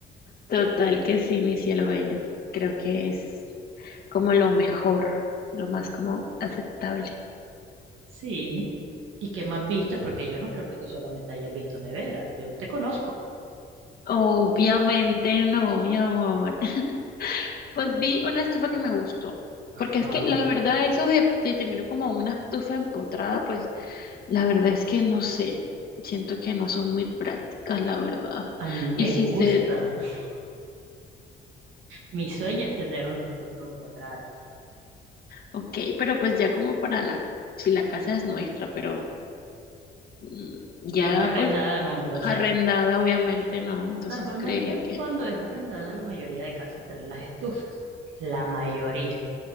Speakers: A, on the left; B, on the right.
A: Total que sí, mi cielo bello. Creo que es como lo mejor, lo más como aceptable.
B: Sí. ¿Y qué más viste? Porque yo no creo que tú solamente hayas visto nevera. Yo te conozco.
A: Obviamente no, mi amor. <laughs> Pues vi una estufa que me gustó,
B: Ajá.
A: porque es que la verdad eso de, de tener como una estufa empotrada, pues la verdad es que no sé. Siento que no son muy prácticas, la verdad.
B: A mí me
A: Y si
B: gusta.
A: se,
B: <laughs> Mi sueño es tener una estufa empotrada.
A: ok, pero pues ya como para la, si la casa es nuestra, pero mm, ya
B: Si es arrendada,
A: pues
B: no, yo sé.
A: Arrendada, obviamente no, entonces
B: Normalmente
A: creería que
B: cuando es arrendada, la mayoría de casas traen las estufas. La mayoría.